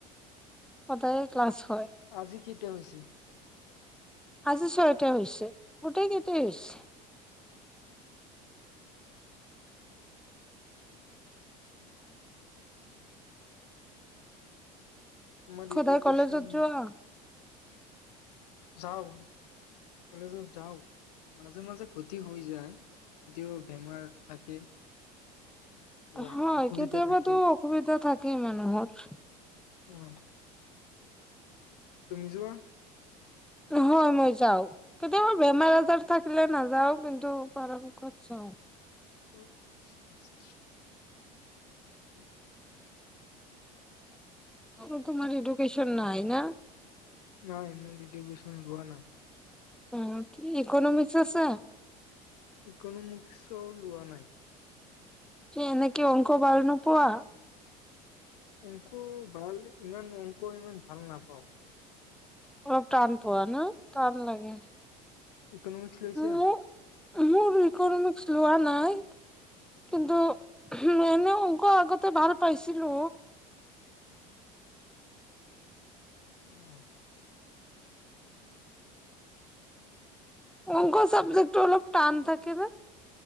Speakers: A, in the centre; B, on the left.
A: কদায় ক্লাছ হয়
B: আজি কি হৈছে
A: আজি ছয়টা হৈছে গোটেই কেইটাই হৈছে
B: উম তোমাৰ
A: খোদায়
B: এডুকেশ্যন
A: কলেজত যোৱা
B: যাও কলেজত যাও মাজে মাজে ক্ষতি হৈ যায় এতিয়াও বেমাৰ থাকে কিবা
A: হয়
B: অসুবিধা
A: কেতিয়াবাটোো
B: থাকে।
A: অসুবিধা থাকেই মানুহৰ
B: উম তুমি যোৱা
A: নহয় মই যাও কেতিয়াাব বেমাৰ আজাৰ থাকিলে নাযাও ত পাৰ কৰিছ
B: ত আছে উম
A: অ তোমাৰ এডুোক্যন নাই ন
B: নাই মুডি ভীষণ লোৱা নাই
A: আহ ইকনমিক্স আছে
B: যিকোনো মুখও লোৱা নাই
A: যে এনেকে অংক ভাল নোপোৱা
B: অংক ভাল ইমান অংক ইমান ভাল নাপাওঁ
A: অলপ টান পোৱা না টান লাগে
B: ইকনমিকস লৈছিয়া
A: মোৰ মোৰ ইকনমিক্স লোৱা নাই কিন্তু এনে অক আগতে ভাল পাইছিলো
B: আহ <inaudible>
A: অংক চাবজেক্ অলপ টান থাকে ন